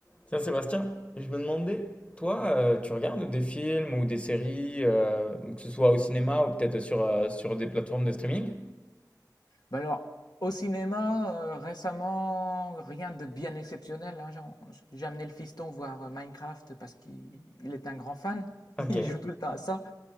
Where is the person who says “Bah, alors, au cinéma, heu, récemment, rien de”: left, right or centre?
Left